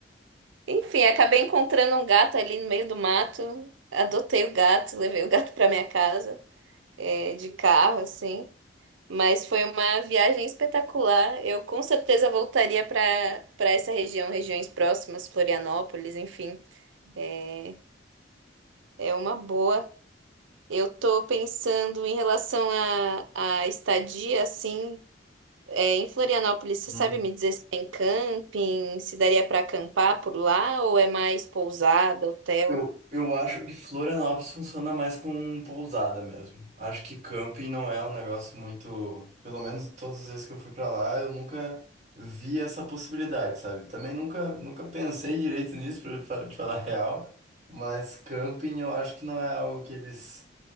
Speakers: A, on the right; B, on the right.
A: Enfim, acabei encontrando um gato ali no meio do mato. Adotei o gato, levei o gato para minha casa, é, de carro, assim. Mas foi uma viagem espetacular. Eu com certeza voltaria para para essa região, regiões próximas, Florianópolis, enfim. É, é uma boa. Eu tô pensando em relação à à estadia, assim, é, em Florianópolis. Você
B: Hum.
A: sabe me dizer se tem camping, se daria para acampar por lá ou é mais pousada, hotel?
B: Eu, eu acho que Florianópolis funciona mais com pousada mesmo. Acho que camping não é um negócio muito. Pelo menos todas as vezes que eu fui pra lá, eu nunca vi essa possibilidade, sabe? Também nunca, nunca pensei direito nisso, pra fa- te falar <laughs> a real. Mas camping eu acho que não é algo que eles.